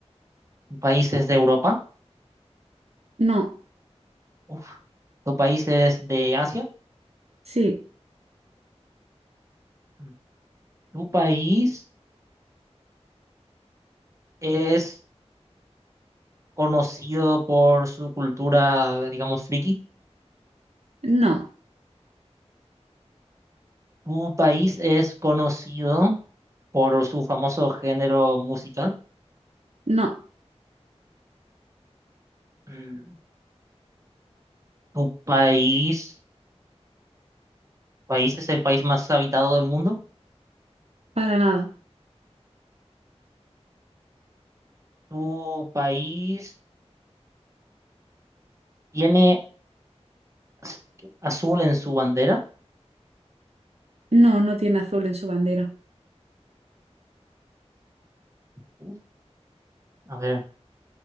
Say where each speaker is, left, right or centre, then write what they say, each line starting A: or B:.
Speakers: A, on the right; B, on the right.
A: ¿tu país es de Europa?
B: no,
A: Uf. ¿Tu país es de Asia?
B: sí,
A: Mm. ¿Tu país es conocido por su cultura, digamos, friki?
B: no,
A: ¿Tu país es conocido por su famoso género musical?
B: no,
A: Mm. ¿Tu país, país es el país más habitado del mundo?
B: para nada.
A: ¿Tu país ¿Tiene az- azul en su bandera?
B: No, no tiene azul en su bandera.
A: Uf, a ver,